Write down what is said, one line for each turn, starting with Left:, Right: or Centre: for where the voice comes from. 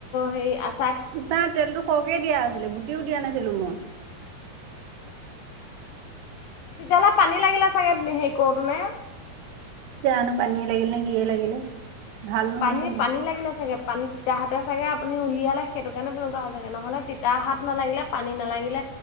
Left: হেৰি আ
Right: নাই তেলতটো সৰহকে দিয়া আছিলে গুটিও দিয়া নাছিলো মই।
Left: তেতিয়াহ'লে পানী লাগিলে চাগে হেৰি কৰোতেনে?
Right: জানো পানীয়ে লাগিল নে কিয়ে লাগিলে। ভাল
Left: অ
Right: নহ'ল
Left: পানী
Right: ইমান
Left: পানী লাগিলে চাগে। পানী তিতা হাতে চাগে আপুনি উলিয়ালে সেইটো কাৰণে তেনেকুৱা হ'ল ছাগে। নহ'লে তিতা হাত নালাগিলে পানী নালাগিলে